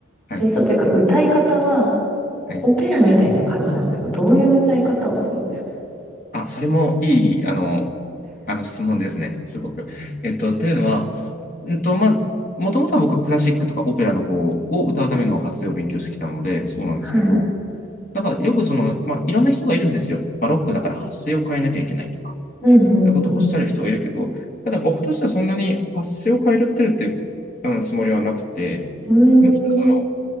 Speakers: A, on the left; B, in the centre.
A: はい、
B: テイストというか、歌い方は、
A: はい。
B: オペラみたいな感じなんですかどういう歌い方をするんですか
A: あ、それもいい、あの、あの質問ですね、すごく。えっと、というのは、うんと、まあ、もともとは僕はクラシックとかオペラの方を歌うための発声を勉強してきたので、そうなんですけど、
B: はい。
A: だからよくその、まあ、いろんな人がいるんですよ。バロックだから発声を変えなきゃいけないとか、
B: うんうん
A: そういうことをおっしゃる人はいるけど、ただ僕としてはそんなに発声を変えるってるっていうあのつもりはなくて、
B: うん。
A: むしろその
B: うーん。